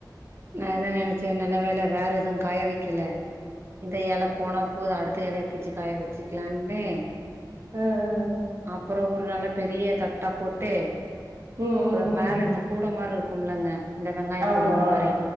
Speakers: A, on the right; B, on the right.
A: நா அதா நெனச்சே நல்ல வேல வேற எதுவு காய வைக்கில இந்த எல போனா போது அடுத்த எலைய பிச்சு காய வச்சுக்கலான்னு
B: ஆ ஆ ஆ
A: அப்பறோ ஒரு நல்ல பெரிய தட்டா போட்டு
B: ம் ம்
A: அப்பறோ
B: ம்
A: மேல
B: ம்
A: இந்த கூட மாரி இருக்கும் கும்ல்லங்க இந்த வெங்காய
B: ஆமா
A: கூட இந்த மாரி